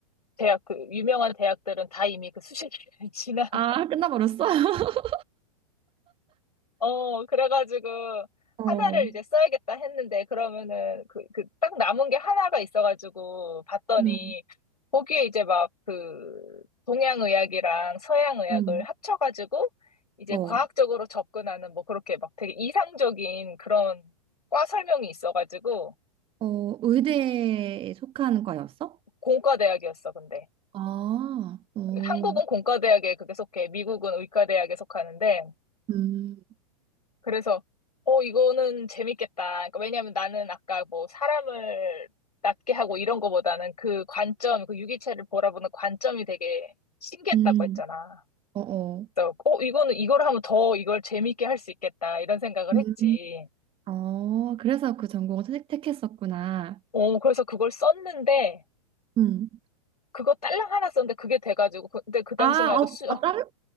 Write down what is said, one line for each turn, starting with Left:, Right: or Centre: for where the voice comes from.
Left: 대학 그 유명한 대학들은 다 이미 그 수시 기간이 <laughs> 지난 거야.
Right: 아, 끝나버렸어? <laughs>
Left: 어 그래가지고
Right: 어,
Left: 하나를 이제 써야겠다 했는데 그러면은 그 그 딱 남은 게 하나가 있어가지고 봤더니
Right: 음,
Left: 거기에 이제 막 그 동양의학이랑 서양의학을
Right: 음.
Left: 합쳐가지고 이제
Right: 어,
Left: 과학적으로 접근하는 뭐 그렇게 막 되게 이상적인 그런 과 설명이 있어가지고
Right: 어, 의대에 속하는 과였어?
Left: 공과대학이었어 근데
Right: 아, 어,
Left: 한국은 공과대학에 그게 속해, 미국은 의과대학에 속하는데,
Right: 음,
Left: 그래서, 어, 이거는 재밌겠다. 그러니까 왜냐면 나는 아까 뭐 사람을 낫게 하고 이런 거보다는 그 관점, 그 유기체를 바라보는 관점이 되게 신기했다고
Right: 음,
Left: 했잖아.
Right: 어, 어.
Left: 그래서, 어, 이거는, 이걸 하면 더 이걸 재밌게 할 수 있겠다. 이런 생각을
Right: 음,
Left: 했지.
Right: 어, 그래서 그 전공을 택, 택했었구나.
Left: 어, 그래서 그걸 썼는데,
Right: 음.
Left: 그거 딸랑 하나 썼는데 그게 돼가지고, 그- 근데 그 당시만
Right: 아,
Left: 해도
Right: 어,
Left: 수,
Right: 아, 다른,